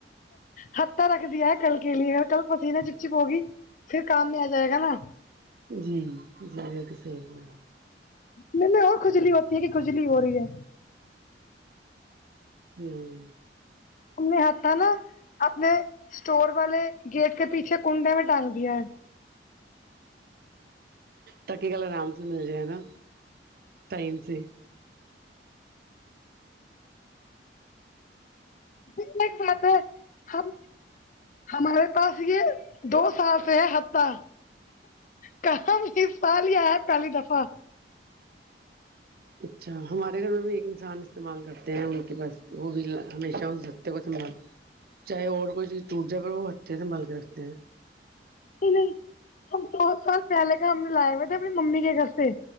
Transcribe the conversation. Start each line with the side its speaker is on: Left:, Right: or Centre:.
Left: حتتا رکھ دیا ہے کل کے لیے کل پسیینہ چپ چپ ہوگی پھر کام میں آ جائے گا نا
Right: جی جی یہ بھی صہح ہے
Left: م میں اور کھجلی ہوتی ہے کہ کھجلی ہو رہی ہے
Right: ہوں
Left: ا نے ہات تھا نا آپ نے اسٹور والے گیٹ کے پیچھے کنڈے میں ڈال دیا ہے
Right: تقی کل آرام سے مل جائے نا ٹائم سے
Left: مت ہم ہمارے پاس یہ دو سال سے ہے ہفتہ کہم سال ہی آ ہے پہلی دفعہ
Right: اچھا ہمارے گھر میں بھی ایک انسان استعمال کرتے ہیں ان کے بس وہ بھی ہمیشہ اس ہطتے کو سنبھال چاہے اور کوئی چیزٹوٹ جائے پر وہ اچھے سے مل کے رکھتے ہیں
Left: نہیں نہیں ہم دو سال پہلے کا ہم نے لائے ہوئے تھے اپنی ممی کے گھر سے